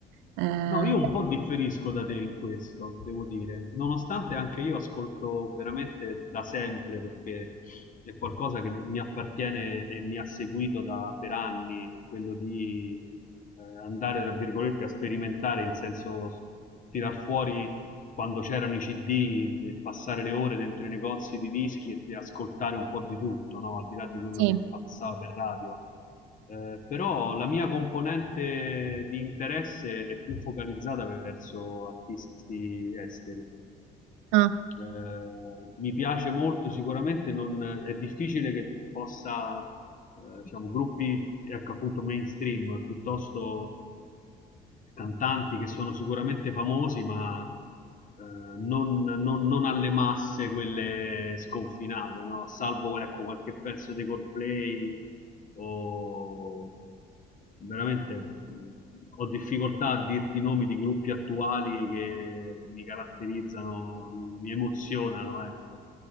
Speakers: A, on the right; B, on the left.
A: eh,
B: No, io un po' differisco da te in questo, devo dire, nonostante anche io ascolto veramente da sempre, perché è qualcosa che mi appartiene e mi ha seguito da, per anni, quello di eh, andare, tra virgolette, a sperimentare, in senso s- tirar fuori quando c'erano i CD, de- passare le ore dentro i negozi di dischi e de- ascoltare un po' di tutto, no? Al di là di quello
A: sì.
B: che passava per radio. Eh, però la mia componente di interesse è più focalizzata verso artisti esteri.
A: Ah,
B: Eh, mi piace molto, sicuramente non, è difficile che possa, eh, diciamo, gruppi ecco, appunto mainstream, piuttosto cantanti che sono sicuramente famosi, ma eh, non, non- non alle masse quelle sconfinate, no? Salvo ecco, qualche pezzo di Coldplay o veramente mh, ho difficoltà a dirti i nomi di gruppi attuali che mi caratterizzano, mi, mi emozionano, ecco